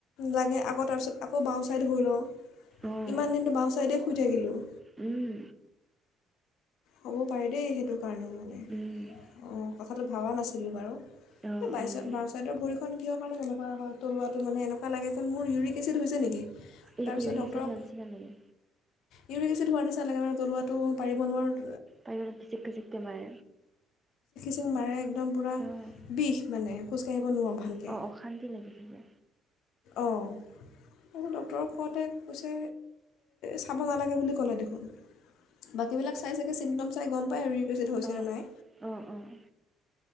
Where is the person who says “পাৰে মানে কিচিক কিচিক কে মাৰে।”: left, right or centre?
Right